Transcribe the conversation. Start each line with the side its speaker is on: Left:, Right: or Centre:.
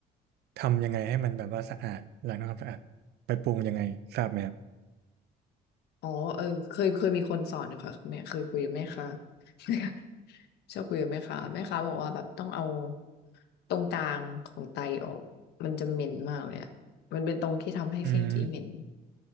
Right: ทำยังไงให้มันแบบว่าสะอาดล้างทำความสะอาดไปปรุงยังไงทราบไหมครับ
Left: อ๋อเออเคยเคยมีคนสอนอยู่ค่ะแม่เคยคุยกับแม่ค้า <laughs> แม่ค้าชอบคุยกับแม่ค้าแม่ค้าบอกว่าแบบต้องเอาตรงกลางของไตออกมันจะเหม็นมากเลยอ่ะมันเป็นตรงที่ทำให้เสียงจีเหม็น
Right: อืม